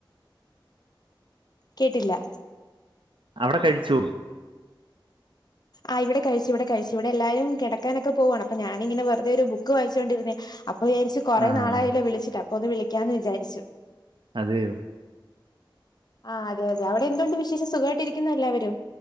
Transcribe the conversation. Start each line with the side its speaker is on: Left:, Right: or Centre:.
Left: കേട്ടില്ല
Right: അവിടെ കഴിച്ചോ
Left: ആഹ് ഇവിടെ കഴിച്ചു ഇവിടെ കഴിച്ചു ഇവിടെല്ലാരും കിടക്കാനൊക്കെ പോവാണ് അപ്പൊ ഞാനിങ്ങനെ വെറുതെ ഒരു ബുക്ക് വായിച്ചുകൊണ്ടിരുന്നയാ അപ്പൊ വിചാരിച്ചു കൊറെ
Right: ആഹ്
Left: നാളായാലോ വിളിച്ചിട്ട് അപ്പൊ ഒന്ന് വിളിക്കാന്ന് വിചാരിച്ചു
Right: അതെ
Left: ആഹ അതെ അതെ അവിടെ എന്തതുണ്ട് വിശേഷം സുഖമായിട്ട് ഇരിക്കുന്ന എല്ലാവരും